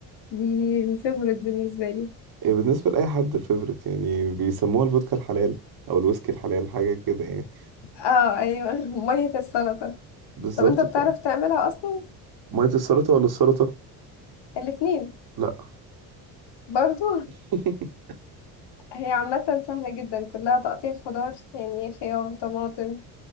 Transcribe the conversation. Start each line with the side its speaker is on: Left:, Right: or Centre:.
Left: دي الفيفوريت بالنسبة لي
Right: هي بالنسبة لأي حد الفيفوريت يعني بيسموها الفودكا الحلال أو الويسكي الحلال حاجة كده يعني
Left: اه ايوه <laughs> مية السلطة
Right: بالظبط
Left: طب انت بتعرف
Right: ف
Left: تعملها اصلا
Right: مية السلطة ولا السلطة؟
Left: الاتنين
Right: لأ
Left: برضو
Right: <laughs>
Left: <laughs> هي عامة سهلة جدا كلها تقطيع خضار يعني خيار طماطم